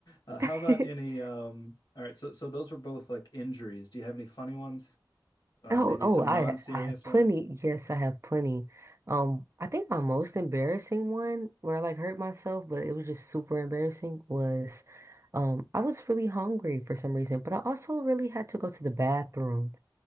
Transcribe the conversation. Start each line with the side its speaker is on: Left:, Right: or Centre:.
Left: uh, how
Right: <laughs>
Left: about any? Um, all right. So, so those were both like injuries. Do you have any funny ones? Uh,
Right: Oh,
Left: maybe
Right: oh,
Left: some
Right: I
Left: non-serious
Right: I have plenty.
Left: ones?
Right: Yes, I have plenty. Um, I think my most embarrassing one where I like hurt myself, but it was just super embarrassing was um I was really hungry for some reason, but I also really had to go to the bathroom.